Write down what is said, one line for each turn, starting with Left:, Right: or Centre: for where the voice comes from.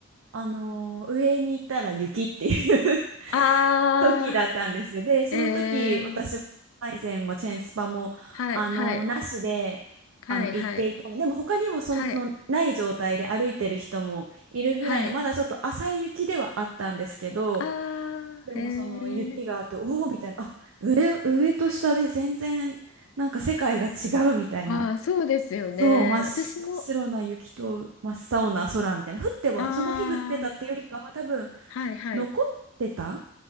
Right: あの上に行ったら雪っていう
Left: あ。ああ、
Right: 時だったんですよ。で、その時、
Left: ええ
Right: 私も、アイゼンもチェーンスパも、
Left: はいはい
Right: あの、なしで、
Left: はいはい
Right: あの、行っていたの。でも、他にも、その、
Left: はい
Right: ない状態で歩いてる人もいるぐらいの、
Left: はい。
Right: まだちょっと浅い雪ではあったんですけど、
Left: ああ、
Right: でも、その、雪があって、
Left: ええ
Right: おおみたいな、あ、上、上と下で全然、なんか世界が違うみたいな。
Left: ああ、そうですよね。
Right: そう、真っ白、
Left: 私も、
Right: 真っ白な雪と真っ青な空みたいな。降っては、
Left: ああ、
Right: その日降ってたってよりかは、多分、
Left: はいはい
Right: 残ってた